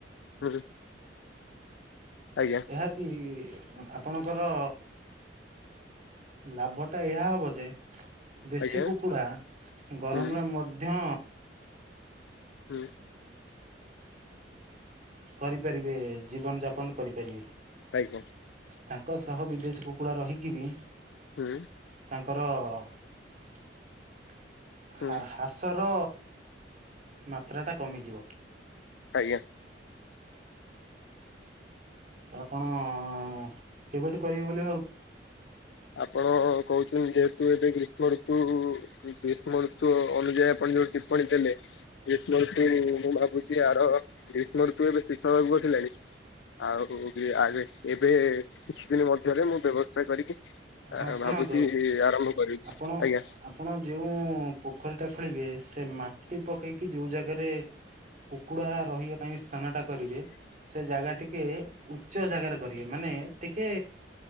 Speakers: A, on the left (about 80°); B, on the right (about 45°).
A: <unintelligible> ଆଜ୍ଞା।
B: ଏହାକି ଆପଣଙ୍କର ଲାଭଟା ଏହା ହବ ଯେ, ଦେଶୀ
A: ଆଜ୍ଞା
B: କୁକୁଡ଼ା ଗରମରେ
A: ହୁଁ
B: ମଧ୍ୟ
A: ହୁଁ।
B: କରିପାରିବେ ଜୀବନ୍ ଯାପନ୍ କରିପାରିବେ।
A: ଆଜ୍ଞା।
B: ତାଙ୍କ ସହ ବିଦେଶି କୁକୁଡା ରହିକି ବି
A: ହୁଁ।
B: ତାଙ୍କର ହା
A: ହୁଁ
B: ହାସ୍ ହ୍ରାସର ମାତ୍ରାଟା କମିଯିବ।
A: ଆଜ୍ଞା।
B: ଆପଣ କେବେଠୁ କରିବେ ବୋଲି ଭାବୁ
A: ଆପଣ କହୁଛନ୍ତି ଯେହେତୁ ଏବେ ଗ୍ରୀଷ୍ମ ଋତୁ ଉ-ଉ କି ଗ୍ରୀଷ୍ମ ରୁତୁ ଅନୁଯାୟୀ ଆପଣ ଯୋଉ ଟିପ୍ପଣୀ ଦେଲେ। ଗ୍ରୀଷ୍ମ ଋତୁ ମୁଁ ଭାବୁଚି ଆର ଗ୍ରୀଷ୍ମ ଋତୁ ଏବେ ଶିଷ ହେବାକୁ ବସିଲାଣି। ଆଉ ଆବେ ଏବେ କିଛି ଦିନ ମଧ୍ୟରେ ମୁଁ ବ୍ୟବସାୟ କରିକି
B: ହଁ ଶୁଣନ୍ତୁ
A: ଭାବୁଛି
B: ଆଉ
A: ଆରମ୍ଭ କରିବି।
B: ଆପଣ
A: ଆଜ୍ଞା
B: ଆପଣ ଯୋଉଁ ପୋଖରୀ ଟା ଖୋଳିବେ ସେ ମାଟି ପକେଇକି ଯୋଉ ଜାଗାରେ କୁକୁଡା ରହିବା ପାଇଁ ସ୍ଥାନ ଟା କରିବେ ସେ ଜାଗା ଟି କେ ଉଚ୍ଚ ଜାଗାରେ କରିବେ ମାନେ ଟିକେ